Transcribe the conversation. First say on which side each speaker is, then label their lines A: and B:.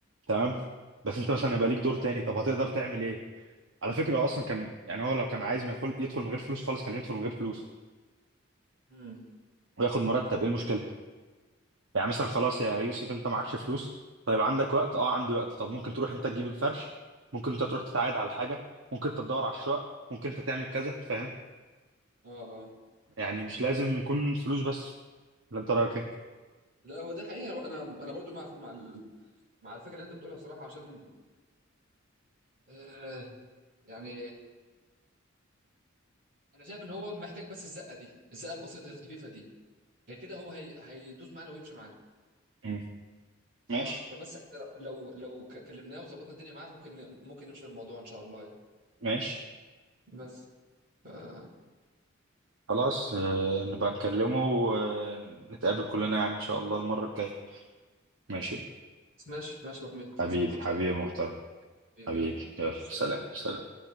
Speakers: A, on the right; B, on the right.
A: تمام بس انت مثلا يبقى ليك دور تاني طب هتقدر تعمل ايه على فكره هو اصلا كان يعني هو لو كان عايز ما يدخل يدخل من غير فلوس خالص كان يدخل من غير فلوس
B: امم
A: وياخد مرتب ايه المشكله يعني مثلا خلاص يا يوسف انت معكش فلوس طيب عندك وقت اه عندي وقت طب ممكن تروح انت تجيب الفرش ممكن انت تروح تتعايد على حاجه ممكن انت تدور على الشقق ممكن انت تعمل كذا فاهم
B: اه اه
A: يعني مش لازم يكون فلوس بس ولا انت رايك ايه
B: لا هو ده حقيقة انا انا برضو مع مع ال- مع الفكرة اللي انت بتقولها صراحة عشان آه يعني انا شايف ان هو محتاج بس الزقة دي الزقة البسيطة الخفيفة دي غير كده هو هي... هيدوس معانا ويمشي معانا
A: مم.
B: بصراحه
A: ماشي
B: فبس احنا لو لو, لو ك- كلمناه وظبطنا الدنيا معاه ممكن ممكن نمشي بالموضوع ان شاء الله يعني
A: ماشي
B: بس آه،
A: خلاص آه، نبقى نكلمه ونتقابل كلنا يعني ان شاء الله المره الجايه ماشي
B: ماشي ماشي يا ابو حميد
A: حبيبي
B: نظبطها ان
A: حبيبي
B: شاء الله
A: محترم
B: حبيبي
A: حبيبي
B: يلا
A: يلا
B: مع السلامه
A: سلام سلام